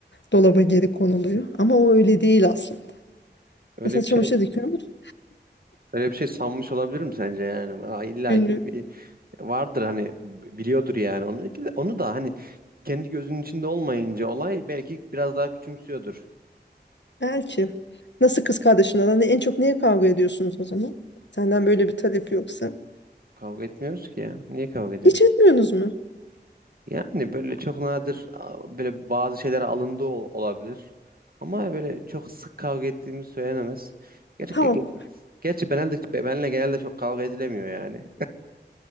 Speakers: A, on the left; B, on the right.
A: Dolaba geri konuluyor. Ama o öyle değil aslında.
B: öyle
A: Mesela çamaşır
B: bir şey
A: dikiyor musun?
B: öyle bir şey sanmış olabilirim sence yani? Aa, illa
A: Bilmiyorum.
B: ki vardır hani biliyordur yani onu. Onu da hani kendi gözünün içinde olmayınca olay belki biraz daha küçümsüyordur.
A: Belki. Nasıl kız kardeşinle aran? En çok neye kavga ediyorsunuz o zaman? Senden böyle bir talep yoksa.
B: Kavga etmiyoruz ki ya. Niye kavga edelim?
A: Hiç etmiyorsunuz mu?
B: Yani böyle çok nadir a, böyle bazı şeyler alındığı ol- olabilir. Ama böyle çok sık kavga ettiğimiz söylenemez. Gerçi,
A: Tamam.
B: ge- ge- gerçi benelde, benle genelde çok kavga edilemiyor yani.